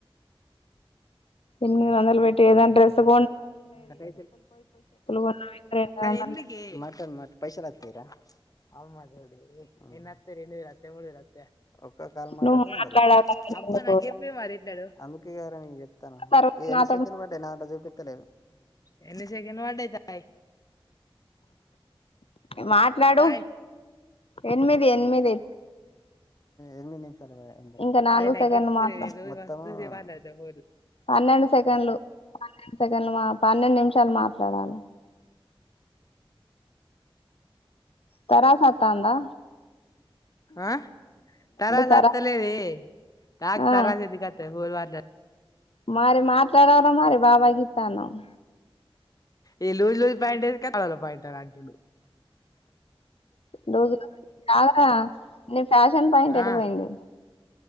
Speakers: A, on the left; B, on the left.
A: ఇమి వందలు పెట్టి ఏదానా డ్రెస్ తం
B: అది
A: కొన్నా రెండు వందలు
B: ఎన్నికి
A: పెట్టి
B: మటన్ మటన్ పైసలుతరా అమ్మా నోడి నిన్ అత్తతే రెండు వల అత్తే మూడు వల అత్తతే ఒక్క కాల్ మాట్లాడితే
A: నువ్వు మాట్లాడాలి
B: వంద రూపాయలు అబ్బా
A: ఎందుకు
B: నా చెప్పే మరిట్లా అందుకే గార నేను చెప్తాను
A: తర్వాత
B: ఎన్ని
A: నాతో
B: సెండ్ పడ్డే నా అో చూపట్టలేదు ఎని సకను వాడేతాయి
A: మాట్లాడు
B: తాయ్
A: ఎనిమిది ఎనిమిది
B: ఎనిమిది నిమిషాలు
A: ఇంకా నాలుగు
B: అరేగ
A: సెకండ్లు మాట్లా
B: పదు
A: పన్నెండు సెకండ్లు పన్నెండు సెకండ్లు మా పన్నెండు నిమిషాలు మాట్లాడాలి తరాసతందా
B: ఆ తరాస్
A: తరా
B: అత్తలే రీ తాగ
A: ఆ
B: తరాస్ అదికత్ హోల్ మార్ల
A: మరి మాట్లాడవరా మరి బాబాయ్ కి ఇత్తన్నవు
B: ఏ లూజ్ లూజ్ పాయింటు వేసుకున్నాను గాలాల పాయింట్ అంటారు
A: రోజు అవురా నీ ఫ్యాషన్ పాయింట్ ఎడిపోయింది
B: ఆ